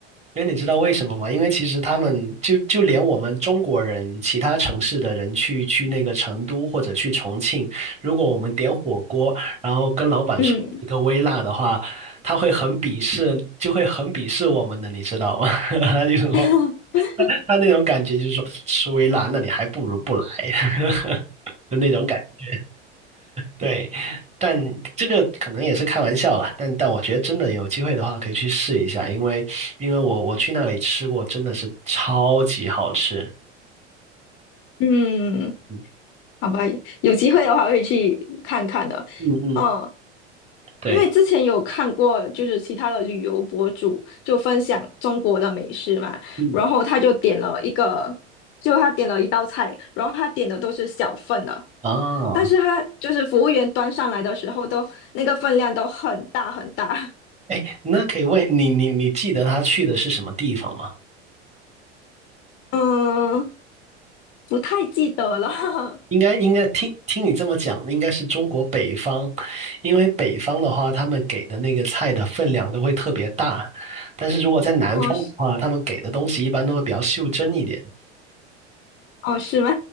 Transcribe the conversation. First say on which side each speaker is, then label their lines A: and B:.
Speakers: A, on the right; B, on the left.
A: 因为你知道为什么吗？因为其实他们就就连我们中国人，其他城市的人去去那个成都或者去重庆，如果我们点火锅，然后跟老板说一个微辣的话，
B: 嗯
A: 他会很鄙视，就会很鄙视我们的，你知道吗？<laughs> 他就说。
B: <laughs>
A: <laughs> 他那种感觉就是说，吃微辣，那你还不如不来。<laughs> <laughs> 就那种感觉对，但这个可能也是开玩笑啦，但但我觉得真的有机会的话，可以去试一下，因为因为我我去那里吃过，真的是超级好吃。
B: 嗯。
A: 嗯
B: 好吧，有机会的话会去看看的。
A: 嗯，嗯
B: 嗯，
A: 对，
B: 因为之前有看过，就是其他的旅游博主就分享中国的美食嘛，
A: 嗯
B: 然后他就点了一个，就他点了一道菜，然后他点的都是小份的，
A: 啊，
B: 但是他就是服务员端上来的时候都那个分量都很大很大，
A: 哎，那可以问你，你你记得他去的是什么地方吗？
B: 嗯，不太记得了，<laughs>
A: 应该应该听听你这么讲，应该是中国北方，因为北方的话，他们给的那个菜的分量都会特别大，但是如果在南方的话，
B: 哦是
A: 他们给的东西一般都会比较袖珍一点。
B: 哦是吗？